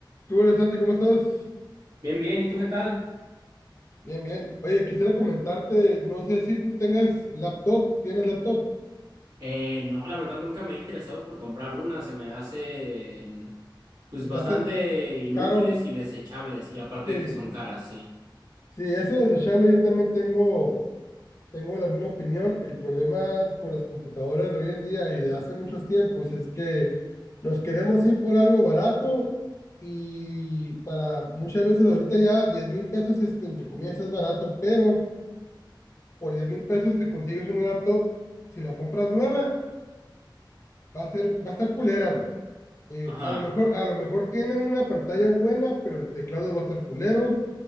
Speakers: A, on the left; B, on the right.
A: ¿Qué hubo, Santi? ¿Cómo estás?
B: Bien, bien, ¿y tú qué tal?
A: Bien, bien. Oye, quisiera comentarte, no sé si tú tengas laptop, ¿tienes laptop?
B: Eh, no, la verdad nunca me he interesado por comprar una, se me hacen pues
A: ¿Se te
B: bastante
A: hace
B: inútiles
A: caro?
B: y desechables y aparte
A: Sí,
B: de que son caras, sí.
A: sí, eso es desechable, yo también tengo, tengo la misma opinión. El problema con las computadoras de hoy en día y de hace muchos tiempos es que nos queremos ir por algo barato y para muchas veces ahorita ya 10 mil pesos es, que, entre comillas es barato, pero por 10 mil pesos te consigues una laptop, si la compras nueva va a ser, va a estar culera, güey. Eh,
B: Ajá,
A: a lo mejor, a lo mejor tiene una pantalla buena, pero el teclado va a estar culero,